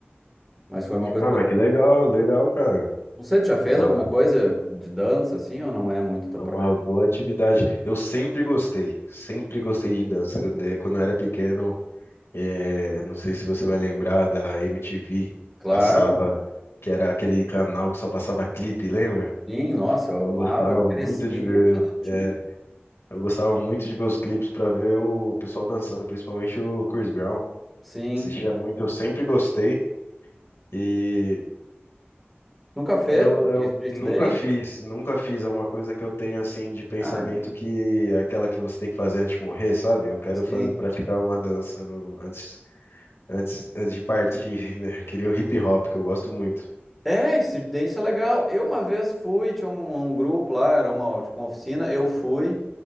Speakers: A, in the centre; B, on the left (about 80°).
A: Mas foi uma coisa
B: Ah,
A: que
B: mas
A: eu
B: que legal, legal, cara.
A: Você já fez
B: É uma,
A: alguma coisa de dança assim ou não é muito tua
B: é
A: praia?
B: uma boa atividade. Eu sempre gostei, sempre gostei de dança. Eu de- Quando eu era pequeno, eh, não sei se você vai lembrar da MTV,
A: Claro,
B: passava, que era aquele canal que só passava clipe, lembra?
A: sim, nossa, eu
B: Eu
A: amava,
B: gostava
A: eu
B: muito
A: cresci
B: de
A: vendo
B: ver,
A: MTV.
B: os- eh, eu gostava muito de ver os clipes para ver o pessoal dançando, principalmente o Chris Brown.
A: Sim.
B: Assistia muito, eu sempre gostei. E
A: Nunca fez
B: Eu, eu
A: street
B: nunca
A: dance?
B: fiz, nunca fiz é uma coisa que eu tenho assim de pensamento
A: Ah,
B: que é aquela que você tem que fazer antes de morrer, sabe? Eu quero
A: sim.
B: fazer praticar uma dança um, antes, antes, antes de partir, né? <laughs> Queria o hip hop, que eu gosto muito.
A: É, street dance é legal. Eu uma vez fui, tinha um, um grupo lá, era uma, tipo, uma oficina, eu fui,